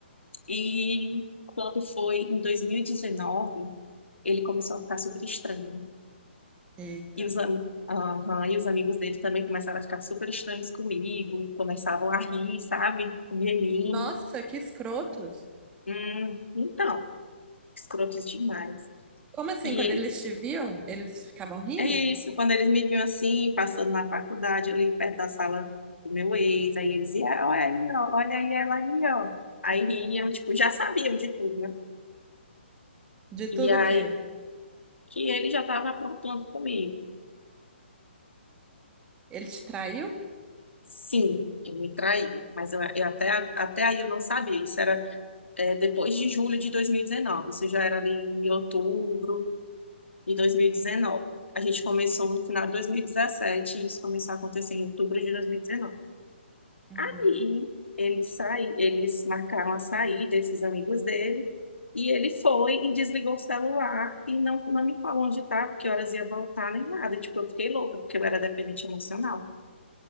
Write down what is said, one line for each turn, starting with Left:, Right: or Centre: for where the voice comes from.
Left: E quando foi em 2019, ele começou a ficar super estranho.
Right: Eita.
Left: E os, am- Aham, e os amigos dele também começaram a ficar super estranhos comigo, começavam a rir, sabe? De mim.
Right: Nossa, que escrotos.
Left: Hum, então, escrotos demais.
Right: Como assim,
Left: E
Right: quando
Left: ele,
Right: eles te viam, eles ficavam rindo?
Left: é isso, quando eles me viam assim, passando na faculdade, ali perto da sala do meu ex, aí eles iam, olha aí, ó, olha aí ela aí, ó. Aí riam, tipo, já sabiam de tudo, né?
Right: De tudo
Left: E aí
Right: que
Left: que ele já estava aprontando comigo.
Right: Ele te traiu?
Left: Sim, ele me traiu, mas eu, eu até, até aí eu não sabia, isso era é, depois de julho de 2019. Isso já era ali em outubro de 2019. A gente começou no final de dois mil e dezessete e isso começou a acontecer em outubro de 2019.
Right: Uhum.
Left: Aí ele sai, eles marcaram a saída, esses amigos dele, e ele foi e desligou o celular e não, não me falou onde estava, que horas ia voltar, nem nada. Tipo, eu fiquei louca, porque eu era dependente emocional.